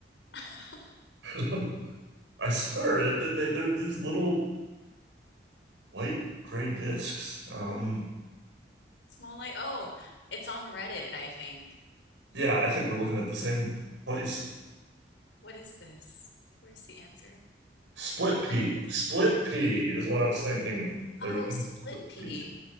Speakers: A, on the left; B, on the right.
A: <laughs>
B: <laughs> I swear they, they, they're these little light gray discs. Um,
A: Small light. Oh, it's on Reddit, I think.
B: yeah, I think we're looking at the same place.
A: What is this? Where's the answer?
B: Split pea.
A: Lentils?
B: Split pea is what I was thinking. They
A: Oh,
B: were thinking
A: split
B: split
A: pea.
B: pea.